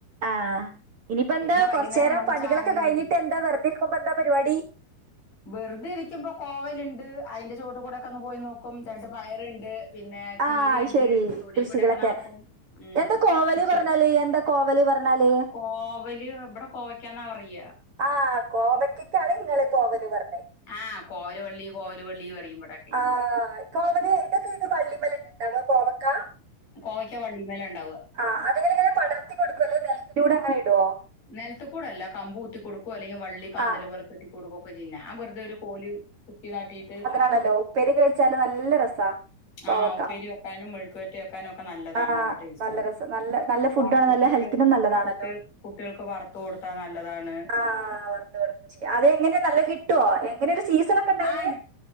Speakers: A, on the right; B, on the left.
A: ആ്ഹ് ഇനിയിപ്പെന്താ
B: പിന്നെ വൈകുന്നേരം
A: കൊറച്ചേരം
B: വന്ന്
A: പണികളൊക്കെ
B: ചായയും
A: കഴിഞ്ഞിട്ടെന്താ
B: കടി
A: വെറുതെ ഇരിക്കുമ്പം എന്താ പരിപാടി
B: വെറുതെ ഇരിക്കുമ്പ കോവലുണ്ട് അതിന്റെ ചോട്ടി കൂടൊക്കെ ഒന്ന് പോയി നോക്കും രണ്ടു പയറുണ്ട് പിന്നെ
A: ആ
B: ചീരീയിണ്ട്
A: ശരി
B: തൊടീ
A: കൃഷികളൊക്കെ
B: കൂടൊക്കെ നടക്കും ഉം
A: എന്താ കോവല്
B: കൃച്ചിയാണ്
A: പറഞ്ഞാല് എന്താ കോവല് പറഞ്ഞാല്
B: കോവല് ഇവിടെ കോവയ്ക്കാന്നാ പറയിക
A: ആഹ് കോവയ്ക്കക്കാണ് ഇങ്ങള് കോവല് പറഞ്ഞേ
B: ആഹ് കോവലു വള്ളി കോവലു വള്ളി പറിയുമിവിടെ
A: ആഹ് ഇപ്പൊ ഏതൊക്കെ ഏത് വള്ളിമേലുണ്ടാവാ കോവക്കാ
B: കോവയ്ക്ക വള്ളീമേലാ ഉണ്ടാവുക
A: ആഹ് അതെങ്കലിങ്ങെനെ പടർത്തി കൊടുക്കുവല്ലേ നെലത്തിലൂടങ്ങനെ ഇടുവോ
B: നെലത്തികൂടല്ല കമ്പ് കുത്തി കൊടുക്കുവോ അല്ലെങ്കിൽ വള്ളി പന്തല്
A: ആ
B: പോലെ കെട്ടി കൊടുക്കൊക്കെ ചെയ്യും ഞാൻ വെറുതെ ഒരു കോലു കുത്തി നാ ട്ടയിട്ട്
A: ആണല്ലോ ഉപ്പരി കഴിച്ചാല് നല്ല രസാ കോവക്ക
B: ആഹ് ഉപ്പേരി വെക്കാനും മുഴുക്കുവറ്റ വെക്കാനും ഒക്കെ ഒക്കെ നല്ലതാണ്
A: ആ
B: നല്ല ടേസ്റ്റ് ആണ്
A: രസം നല്ല നല്ല ഫുഡാണ്
B: വറത്ത
A: നല്ല
B: കുട്ടികൾക്ക്
A: ഹെൽത്തിനും നല്ലതാണല്ലോ
B: കുട്ടികൾ കുട്ടികൾക്ക് വറുത്ത് കൊടുത്താ നല്ലതാണ്
A: ആ്ഹ് വറത്ത് കൊടുക്ക ശരി അതെങ്ങനെ നല്ല കിട്ടുമോ എങ്ങനെ ഒരു സീസൺ ഒക്കെ ഉണ്ടായിന്
B: ആഹ്